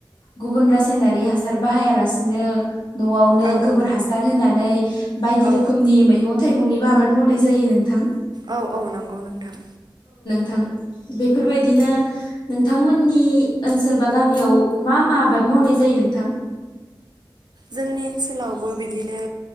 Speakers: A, on the left; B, on the right.
A: गुबुन रासायनारि हासार बाहायालासिनो न'आवनो
B: औ
A: गोबोर
B: औ
A: हासार होनानै बायदि
B: औ
A: रोखोमनि मैगं थाइगंनिबो आबाद मावनाय जायो नोंथां।
B: औ औ नंगौ नोंथां।
A: थां। बेफोरबायदिनो नोंथांमोननि ओनसोल बा गामियाव मा मा आबाद मावनाय जायो? नोंथां?
B: जोंनि ओनसोलावबो बिदिनो